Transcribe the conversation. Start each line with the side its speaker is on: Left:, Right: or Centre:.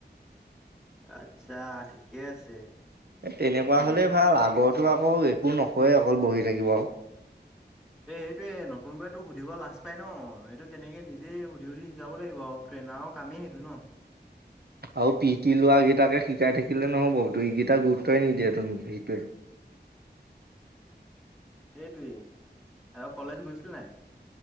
Centre: আচ্ছা ঠিকেই আছে।
Right: এই তেনেকুৱা
Centre: এতিয়া
Right: হলেই ভাল, আগত টো আকৌ একো নকয় অকল বহি থাকিব আও।
Centre: এই সেইটোৱে নতুন বাই তোক সুধিব লাজ পায় ন? সেইটো তেনেকে নিজেই সুধি সুধি শিকাব লাগিব আও, ট্ৰেইনাৰৰ কামেই সেইটো ন?
Right: আৰু পি টি লোৱা কিটাকে শিকাই থাকিলে নহব, ত ইকিটা গুৰুত্বই নিদিয়ে তোন সিটোৱে।
Centre: সেইটোৱে আৰু কলেজ গৈছিল নাই